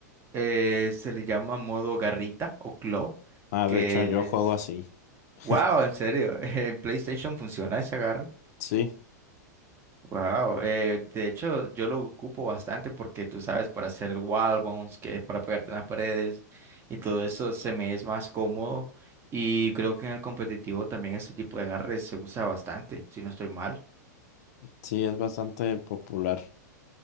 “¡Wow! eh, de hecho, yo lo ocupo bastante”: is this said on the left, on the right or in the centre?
Right